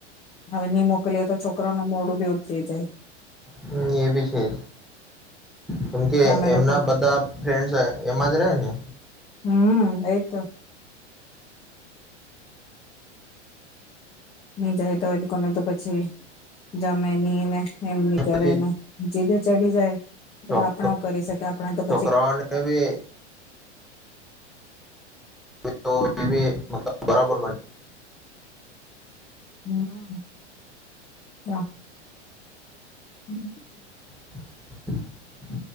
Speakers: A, on the left (about 15°); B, in the centre.
A: હવે ની મોકલીએ તો છોકરો નું મોડું બી ઉતરી જાય
B: હમ એ બી છેજ કેમ કે
A: અમે
B: એમના
A: લોકો
B: બધા ફ્રેન્ડ એમાં જ રહે ને
A: હમ એતો ની જાય તો એ લોકોને તો પછી જમેની ને, એમની કરેને,
B: પછી
A: જીદ ચડી જાય. એટલે
B: <unintelligible>
A: આપણે હું કરી શકીએ આપણે તો પછી
B: છોકરાઓને બી <unintelligible> <inaudible> બરાબર.
A: હમ કા. <inaudible>
B: <inaudible>